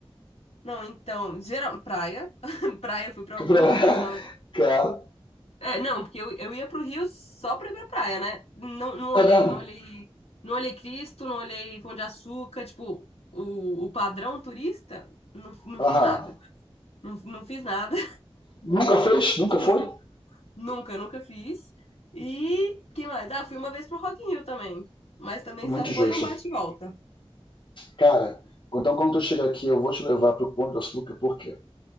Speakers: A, on the left; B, on the left.
A: Não, então, geral, praia. <laughs> Praia eu fui pra
B: Que
A: algumas,
B: pra... <laughs>
A: gostava.
B: Cara,
A: É, não, porque eu, eu ia pro Rio só pra ir pra praia, né? Não, não olhei,
B: é mesmo?
A: não olhei, não olhei Cristo, não olhei Pão de Açúcar, tipo, o, o padrão turista, não, não
B: Aham.
A: fiz nada. Não, não fiz nada.
B: Nunca fez?
A: <laughs>
B: Nunca
A: Deixa
B: foi?
A: eu ver. Nunca, nunca fiz. E que mais? Ah, fui uma vez pro Rock in Rio também. Mas também
B: Muito
A: só foi
B: justo.
A: um bate e volta.
B: Cara, então quando tu chegar aqui, eu vou te levar pro Pão de Açúcar, por quê?